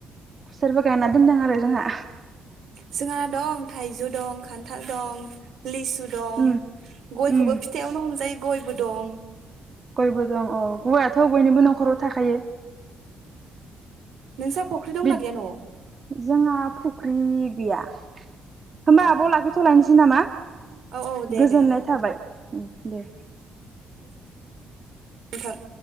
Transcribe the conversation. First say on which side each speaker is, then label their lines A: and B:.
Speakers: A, on the right; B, on the right.
A: खुसेरबो गायना दोनदों आरो जोंहा।
B: जोंहाना दं थाइजौ दं खान्थाल दं। लिसु दं
A: उम
B: गयखौबो
A: उम
B: फिथायावनो हमजायो। गयबो दं।
A: गयबो दं औ गयाथ' बयनिबो न'खराव थाखायो।
B: नोंसा फख्रि दंना
A: बि
B: गैया न'वाव
A: जोंहा फुख्रि गैया होमबा
B: औ
A: आब' लाखिथ'लायनोसै नामा
B: औ औ दे
A: गोजोननाय
B: दे दे
A: थाबाय उम दे
B: नोंथां